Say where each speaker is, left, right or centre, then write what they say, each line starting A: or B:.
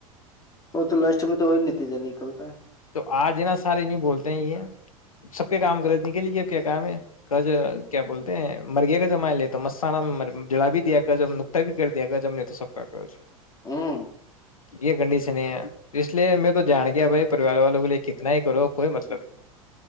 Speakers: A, on the left (about 20°); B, on the left (about 70°).
A: وہ تو لاسٹ میں تو وہی نتی جانی ٹتا ہے <unintelligible>
B: تو آج نا سارے یو بولتے ہیں یہ سب کے کام رض نکلے گ اب کیا کام ہے گ کیا بولتے ہیں مرگے کا جمان لے تو مسانا میں جڑا بھی دیا گ جب نقتہ بھی کر دیا گ جب نے تو سب کا کہ
A: ہے ہوں
B: یہ کنڈیشن ہے اس لیے میں تو جان گیا بھائی پریوار والوں کے لیے کتنا ہی کرو کوئی مطلب نہیں